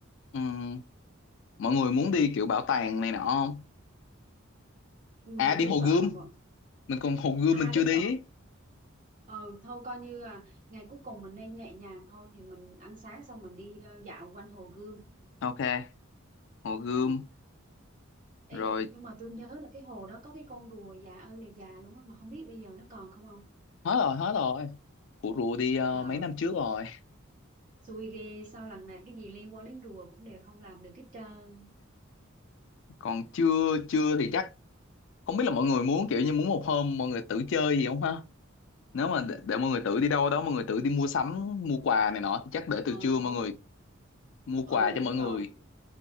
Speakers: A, on the left (about 60°); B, on the right (about 40°).
A: ừm, mọi người muốn đi kiểu bảo tàng này nọ không
B: ừ,
A: à đi
B: tôi
A: Hồ
B: sợ
A: Gươm
B: là một
A: mình còn Hồ Gươm
B: À
A: mình
B: đúng
A: chưa đi
B: rồi. Ờ thôi coi như là ngày cuối cùng mình nên nhẹ nhàng thôi thì mình ăn sáng xong mình đi ờ, dạo quanh hồ Gươm.
A: ok Hồ Gươm
B: Ừ. Ê,
A: rồi
B: nhưng mà tôi nhớ là cái hồ đó có cái con rùa già ơi là già luôn á mà không biết bây giờ nó còn không không?
A: hết rồi hết rồi cụ rùa đi ờ,
B: Trời.
A: mấy năm trước rồi
B: xui ghê sao lần này cái gì liên quan đến rùa cũng đều không làm được hết trơn
A: còn chưa chưa thì chắc không biết là mọi người muốn kiểu như muốn một hôm mọi người tự chơi gì không ha nếu mà để, để mọi người tự đi đâu đó mọi người tự đi mua sắm mua quà này nọ thì chắc để
B: ờ
A: từ trưa mọi
B: đúng
A: người mua
B: ừ
A: quà cho
B: đúng
A: mọi người
B: rồi